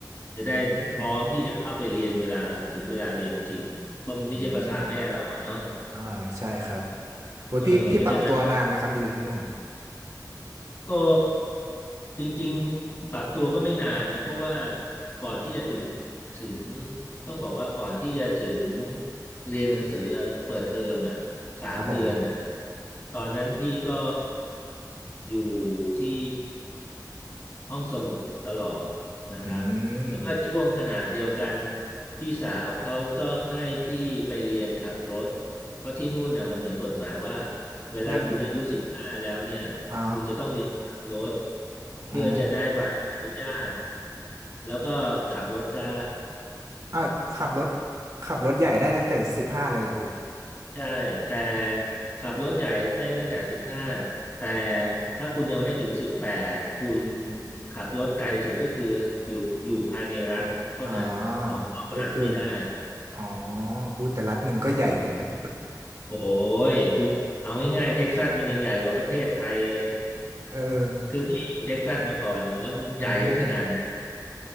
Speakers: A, on the left; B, on the right.
A: จะได้พร้อมที่จะเข้าไปเรียนเวลาถึงเวลาเรียนจริง
B: อืม
A: ก็ไม่ใช่ภาษาแม่เราอะเนาะ
B: อืม อ่าใช่ครับโอ้ยพี่พี่ปรับตัวนานไหมครับดีอยู่ที่นู่น
A: เออเพราะฉะนั้น ก็จริงๆปรับตัวก็ไม่นานนะเพราะว่าก่อนที่จะถึงถึงต้องบอกว่าก่อนที่จะถึงเรียนหนังสืออะเปิดเทอมอ่ะสามเดือนอ่ะ
B: ครับผม
A: ตอนนั้นพี่ก็อยู่ที่ห้องสมุดตลอดนะครับแล้วก็ช่วงขณะเดียวกัน
B: อืม
A: พี่สาวเขาก็ให้พี่ไปเรียนขับรถเพราะที่นู่นน่ะมันเหมือนกฎหมายว่าเวลาคุณอายุสิบห้าแล้วเนี่ย
B: เรียนอ๋อ
A: คุณจะต้องเรียนขับรถเพื่อจะได้ใบอนุญาต
B: อ๋อ
A: แล้วก็ขับรถได้
B: อ่ะขับรถขับรถใหญ่ได้ตั้งแต่สิบห้าเลยเหรอพี่
A: ใช่แต่ขับรถใหญ่ได้ตั้งแต่สิบห้าแต่ถ้าคุณยังไม่ถึงสิบแปดคุณขับรถไกลสุดก็คืออยู่อยู่ภายในรัฐเท่านั้นออกนอกรัฐไม่ได้
B: อ๋อก็คืออ๋ออุ้ยแต่รัฐหนึ่งก็ใหญ่อยู่นะ
A: โอ้ยกูเอาง่ายๆเท็กซัสมันยังใหญ่กว่าประเทศไทยเลย
B: <laughs> เออ
A: คือพี่อยู่เท็กซัสมาก่อนนะแล้วมันใหญ่ขนาดไหน
B: อืม